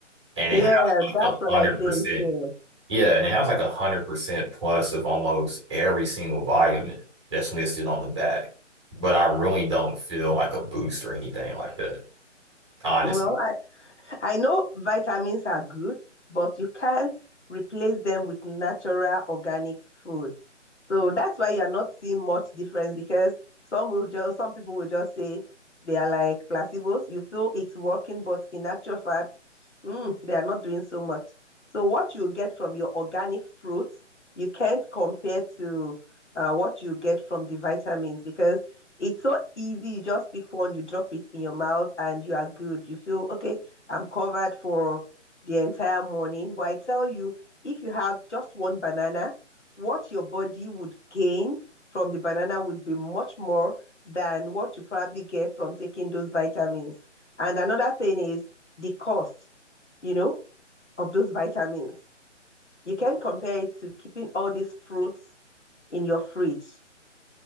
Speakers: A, on the right; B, on the left.
A: And
B: Yeah,
A: it
B: that's
A: A
B: what
A: hundred
B: I think
A: percent.
B: too.
A: Yeah, and it has like a hundred percent plus of almost every single vitamin that's listed on the back. But I really don't feel like a boost or anything like that. Honestly.
B: Well, I I know vitamins are good, but you can't replace them with natural organic food. So that's why you're not seeing much difference because some will just some people will just say they are like placebos. You feel it's working, but in actual fact, mm, they are not doing so much. So what you get from your organic fruits, you can't compare to uh, what you get from the vitamins because it's so easy. You just pick one, you drop it in your mouth, and you are good. You feel okay I'm covered for the entire morning. But I tell you, if you have just one banana, what your body would gain from the banana would be much more than what you probably get from taking those vitamins. And another thing is the cost, you know, of those vitamins. You can compare it to keeping all these fruits in your fridge.